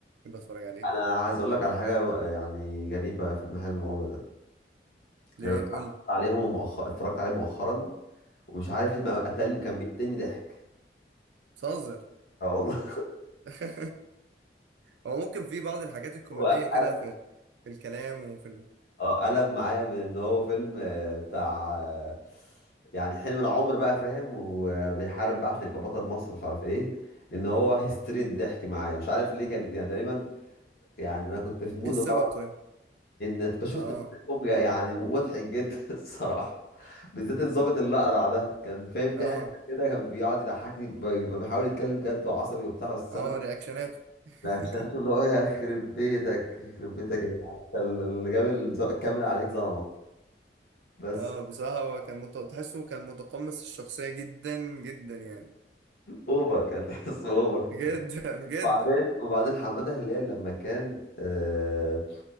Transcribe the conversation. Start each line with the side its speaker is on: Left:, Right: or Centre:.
Right: بحب اتفرج عليه
Left: انا عايز اقول لك على حاجه و- يعني غريبه في المحل المغامره ده
Right: ليه
Left: يعني انا
Right: قول لي
Left: اتفرجت عليه مؤخرا اتفرجت عليه مؤخرا ومش عارف ليه ما قتلني كان بيقتلني ضحك
Right: بتهزر
Left: اه والله
Right: <laughs> هو ممكن في بعض الحاجات الكوميدية
Left: <laughs> وقلب
Right: كده في في الكلام وفي ال...
Left: اه قلب معايا من ان هو فيلم آه، بتاع آه، يعني حلم العمر بقى فاهم وبيحارب بقى عشان يبقى بطل مصر مش عارف ايه لان هو هيستري الضحك معايا مش عارف ليه كان يعني تقريبا يعني انا كنت في مود
Right: ايه السبب
Left: غلط
Right: طيب
Left: ان انت شفت
Right: اه
Left: تمثيلهم يعني مضحك جدا <laughs> الصراحه بالذات الظابط اللي اقرع ده كان فاهم
Right: اه
Left: في حته كده كان بيقعد يضحكني ب- بيبقى بيحاول يتكلم جد وعصبي وبتاع بس
Right: اه
Left: انا
Right: رياكشناته <laughs>
Left: رياكشناته اللي هو يخرب بيتك يخرب بيتك يا جدعان. انت اللي جاب الز- الكاميرا عليك ظلمك بس
Right: اه بصراحة هو كان مت... تحسه كان متقمص الشخصية جدا جدا يعني
Left: اوفر كان تحس اوفر
Right: جدا <laughs> جدا
Left: وبعدين وبعدين حماده هلال لما كان آه